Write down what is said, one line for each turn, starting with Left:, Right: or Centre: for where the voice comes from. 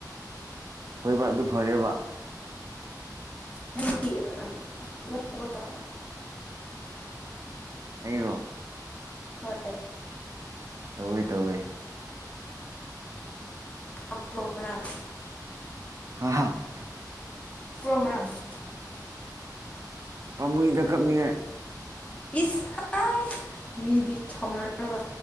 Right: ꯍꯣꯏꯕ ꯑꯗꯨ ꯐꯔꯦꯕ
Left: <unintelligible>
Right: ꯑꯩꯔꯣ
Left: ꯍꯣꯏ
Right: ꯇꯧꯋꯦ ꯇꯧꯋꯦ
Left: <unintelligible> ꯉꯔꯥꯡ
Right: ꯍꯥ ꯍꯥ
Left: <unintelligible>
Right: ꯄꯥꯃꯨꯏꯗ ꯀꯞꯅꯤꯡꯉꯥꯢ
Left: ꯏꯁ ꯑꯥꯏ ꯁꯥꯎꯅꯅꯕ